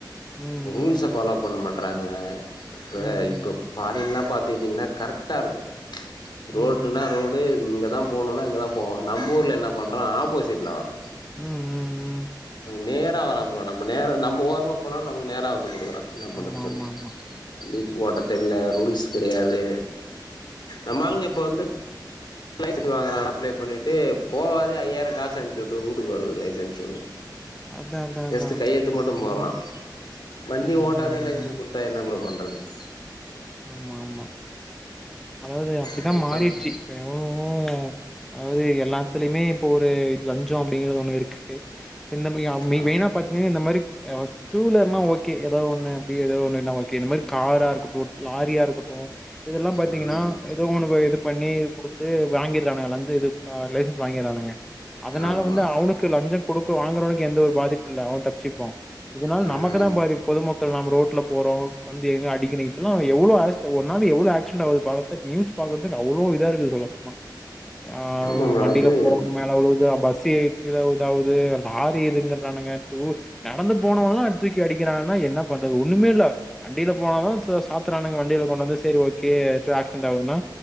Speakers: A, in the centre; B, on the left (about 75°).
A: ம்
B: ரூல்ஸ
A: ம்
B: ஃபால்லோ பண்ண மாட்றாங்க இப்ப
A: ம்
B: இப்ப ஃபோரின்லா பாத் பாத்தீக்டிங்ன்னா கரெக்டா இருக்கு
A: ம்
B: ரோட்ல்லுனா
A: ம்
B: ரோடு இங்கே தா போணுனா இங்கே தா போவா நம்ம ஊர்ல என்ன பண்றா ஆப்போசீட்ல வரா
A: ம் ம் ம்
B: நேரா வரா ப்ரோ நம்ம நேர நம்ம ஓர்மா போனாலும் நமக்கு நேரா வந்து கொடுக்குறான் என்ன பண்ண
A: ஆமா
B: சொல்
A: ஆமா
B: <unintelligible>
A: ஆமா
B: நீட்டு ஓட்ட தெர்ல ரூல்ஸ் கிடையாது நம்மாளுங்க இப்ப வந்து லைஸ்க்கு வாங்கற அப்ளை பண்ணிட்டு போவாது ஐயாயிரம் காசு அனுச்சு விட்டு வூட்டுக்கு வருது லைசன்சு
A: அதா அதா
B: ஜஸ்டு
A: அதா
B: கையெளுத்து மட்டும்
A: அந்த
B: போடுற
A: மாரி
B: வண்டி
A: ஆ
B: ஓட்டாதே
A: ஆ
B: லைசன்ஸ்
A: ஆ
B: கொடுத்தா என்ன ப்ரோ பண் <unintelligible>
A: ஆமா ஆமா அதாவது அப்படித்தான்
B: ட்ரை
A: மாறிடுச்சு
B: பண்ற
A: இப்ப எவளவோ அதாவது எல்லாத்துலயுமே இப்போ ஒரு லஞ்சம் அப்படிங்கறது ஒண்ணு இருக்கு செந்தமிழியா மி
B: ஆமா
A: மெயின் ஆ பாத்தீங்கன்னா இந்த மாரி எவட் டூ விலர்னா ஓகே எதோ ஒன்னு அப்படி எதோ ஒண்ணுன்னா ஓகே இந்த மாரி காரா இருக்கட்டும் லாரியா இருக்கட்டும் இதெல்லா பாத்தீங்கன்னா
B: ம்
A: ஏதோ ஒன்னு இது பண்ணி குடுத் த்து வாங்கிறானுங்க லஞ்சு இது லைசன்ஸ் வாங்கிறானுங்க அதனால
B: ஆமா
A: வந்து அவனுக்கு லஞ்சம் குடு க்கு வாங்குறவனுக்கு எந்த ஒரு பாதிப்பு இல்ல அவன் தப்பச்சுக்குவான் இதனால
B: ம்
A: நமக்கு தான் பாதிப்பு பொதுமக் இப்ப நாம ரோட்ல போறோம் வந்து எங்க அடிக்குநேங் எல்லா எவ்ளோ அக்ஸ்ட் ஒரு நாள் எவ்ளோ ஆக்சிடன்ட ஆகுது பாக் நியூஸ் பாக்குறதுக்கு அவ்வளோ இதா இருக்கு சொல்ல போனா ஆஹ்
B: ஆமா ப்ரோ
A: வண்டியில
B: அது
A: போறவங்க மேல உழுவுத பஸ் த்தி கீழ உழுதாவுது லாரி இதுங்குறானுங்க டூ நடந்து போனவலா தூக்கி அடிக்கிறாங்கன்னா என்ன பண்றது ஒண்ணுமே இல்ல வண்டியில போனாலும் சோஸ் பாத்துறானுங்க வண்டியில கொண்டு வந்து செரி ஓ கே அக்சிடன்ட் ஆகுதுனா